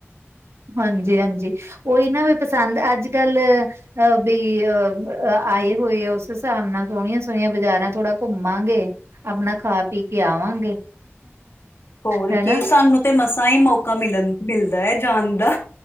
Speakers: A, on the right (about 65°); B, on the left (about 60°).
A: ਹਾਂਜੀ -ਹਾਂਜੀ, ਓਈ ਨਾ ਵੀ ਪਸੰਦ ਅੱਜ- ਕੱਲ ਅਹ ਬੀ ਅਹ ਆਈ ਹੋਈ ਓਸ ਹੇਸਾਬ ਨਾਲ ਸੋਹਨੀਆਂ ਸੋਹਨੀਆਂ ਬਜਾਰਾਂ ਥੋੜਾ ਘੁੰਮਾਂਗੇ ਆਪਨਾ ਖਾ-ਪੀ ਕੇ ਆਵਾਂਗੇ
B: ਹੋਰ
A: ਹੈਨਾ।
B: ਕੀ ਸਾਨੂੰ ਤੇ ਮਸਾਂ ਹੀ ਮੌਕਾ ਮਿਲਣ, ਮਿਲਦਾ ਐ ਜਾਨ ਦਾ।